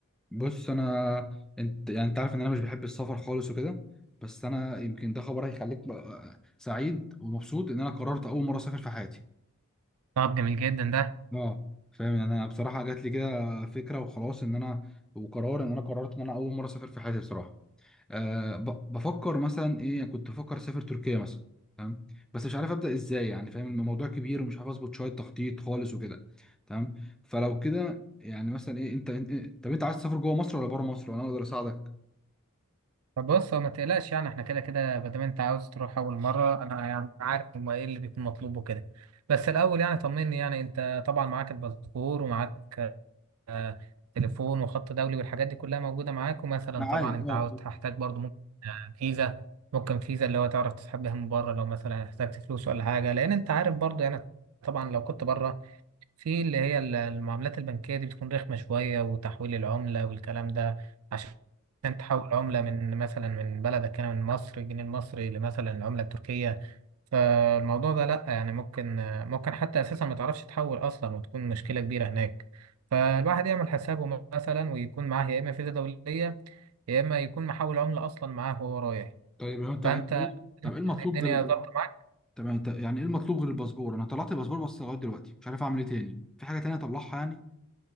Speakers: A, in the centre; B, on the right.
A: بص انا انت يعني انت عارف ان انا مش بحب السفر خالص وكده بس انا يمكن ده خبر هيخليك بقى سعيد ومبسوط ان انا قررت اول مره اسافر في حياتي
B: طب جميل جدا ده
A: اه فاهم يعني انا بصراحه جات لي كده فكره وخلاص ان انا وقرار ان انا قررت ان انا اول مره اسافر في حياتي بصراحه أه ب- بفكر مثلا ايه يعني كنت بفكر اسافر تركيا مثلا تمام بس مش عارف ابدا ازاي يعني فاهم الموضوع كبير ومش عارف اظبط شويه تخطيط خالص وكده تمام فلو كده يعني مثلا ايه انت انت إيه طب انت عايز تسافر جوه مصر ولا بره مصر وانا اقدر اساعدك
B: طب بص هو ما تقلقش يعني احنا كده كده ما دام انت عاوز تروح اول مره انا يعني عارف هما ايه اللي بيكون مطلوب وكده بس الاول يعني طمني يعني انت طبعا معاك الباسبور ومعاك آه، تليفون وخط دولي والحاجات دي كلها موجوده معاك ومثلا
A: معايا
B: طبعا انت
A: اه
B: عاوز تحتاج برضو ممكن آه، فيزا ممكن فيزا اللي هو تعرف تسحب بيها من بره لو مثلا احتجت فلوس ولا حاجه لان انت عارف برضو يعني طبعا لو كنت بره في اللي هي ال- المعاملات البنكية دي بتكون رخمة شوية وتحويل العملة والكلام ده عشان تحول عملة من مثلا من بلدك هنا من مصر الجنيه المصري لمثلا العملة التركية فالموضوع ده لأ يعني ممكن ممكن حتى أساسا ما تعرفش تحول أصلا وتكون مشكلة كبيرة هناك فالواحد يعمل حسابه مثلا ويكون معاه يا إما فيزا دولية يا إما يكون محول عملة أصلا معاه وهو رايح
A: طيب هو انت
B: فأنت
A: انت ايه طب ايه المطلوب
B: يعني الدنيا
A: غير الب...
B: ظابطة معاك
A: طب يعني انت يعني ايه المطلوب غير الباسبور انا طلعت الباسبور بس لغايه دلوقتي مش عارف اعمل ايه تاني في حاجه تانية اطلعها يعني